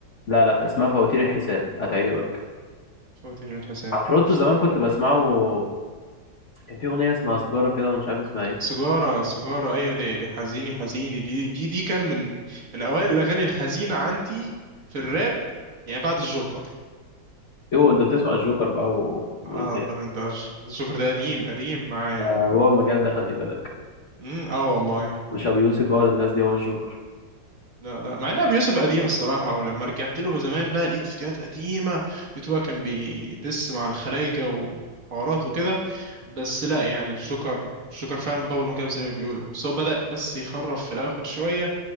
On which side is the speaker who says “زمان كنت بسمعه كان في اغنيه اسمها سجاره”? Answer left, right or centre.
Left